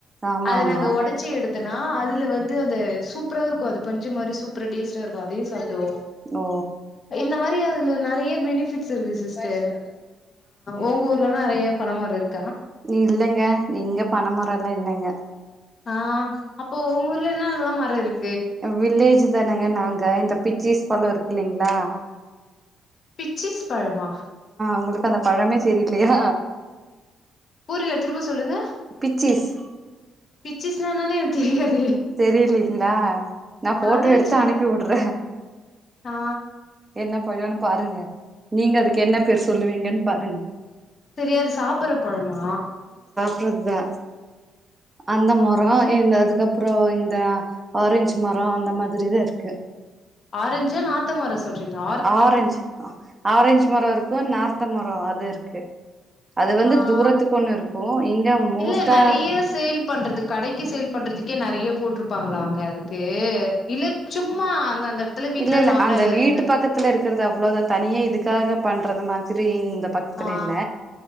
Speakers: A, on the right; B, on the left.
A: ஆமா
B: அத
A: ஆமா
B: நாங்க ஒடச்சு எடுத் த்னா அது இதுல வந்து அது சூப்பரா இருக்கு அது பஞ்சு மாரி சூப்பரா டேஸ்ட்டா இருக்கு அதையு சாப்டுவோ
A: ஓ
B: இந்த மாரி இதுல நெறயா பெனிபிட்ஸ் இருக்கு சிஸ்டர் உங்க ஊர் இதுல நெறயா பனமரோ இருக்கு
A: இல்லைங்க இங்க பனமரொல்லா இல்லைங்க
B: ஆஹ் அப்போ உங்க ஊர்ல என்ன நல்லா ம ர இருக்கு
A: வில்லேஜ் இதானங்க நாங்க இந்த பிச்சீஸ் பழம் இருக்கு இல்லைங்ளா
B: பிச்சீஸ் பழமா
A: உங்களுக்கு அந்த பழமே சரியில்லையா
B: புரியல திரும்ப சொல்லுங்க
A: பிச்சீஸ்
B: பிச்சீஸ்னா என்னனே தெரியாது
A: தெரியில்லிங்களா நா போட்டோ
B: அத வச்சுனா
A: எடுத்து அனுப்பி வுடற
B: ஆ
A: என்ன பழோனு பாருங்க நீங்க அதுக்கு என்ன பேரு சொல்லுவீங்கன்னு பாருங்க
B: தெரியாது சாப்பர்ற பழமா
A: ப்றதா அந்த முறோ என் அதுகப் அப்புறோ இந்த ஆரஞ்சு மரோ அந்த மாதிரிதா இருக்கு
B: ஆரஞ்சு நாத்தமர சொல் சொல்றீங்களா
A: ஆரஞ்ச் ஆரஞ்ச் மரோ இருக்கு நார்த் த மரோ அது இருக்கு அது வந்து
B: ஆஹ்
A: தூரத்துக்கு ஒண்ணு இருக்கு இங்க மோஸ்ட்டா
B: இல்ல நெறயா சேல் பண்றது கடைக்கு சேல் பண்றது கே நெறயா போட்டிருப்பாங்ளா அங்க அதுக்கு இல்ல சும்மா அந்த அந்த இடத்துல வீட்ல
A: இல்ல இல்ல
B: நார்மலா
A: அந்த
B: எல்லார்
A: வீட்டு
B: வீட்ல இருக்கும்
A: பக்கத்துல இருக்கிறது அவ்வளவுதா தனியா இதுக்காக பண்றது மா திரி இன் இந்த பக்கத்து
B: ஆ
A: வீட்ல